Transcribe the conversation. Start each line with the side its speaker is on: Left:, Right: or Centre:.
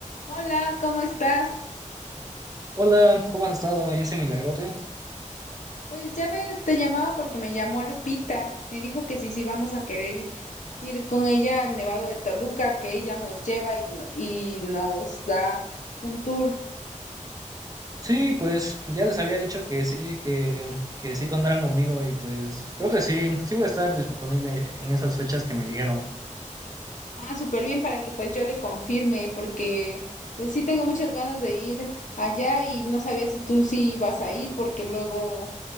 Left: Hola, ¿cómo estás?
Right: Hola, ¿cómo has estado? Yo soy Milagrote.
Left: Pues ya ves, te llamaba porque me llamó Lupita. Me dijo que sí, sí, vamos a querer ir, ir con ella al Nevado de Toluca, que ella nos lleva y, no- y nos da un tour.
Right: Sí, pues ya les había dicho que sí, que, que sí contaran conmigo y pues creo que sí, sí voy a estar disponible en esas fechas que me dijeron.
Left: Ah, súper bien para que pues yo le confirme, porque pues sí tengo muchas ganas de ir allá y no sabía si tú sí ibas a ir, porque luego,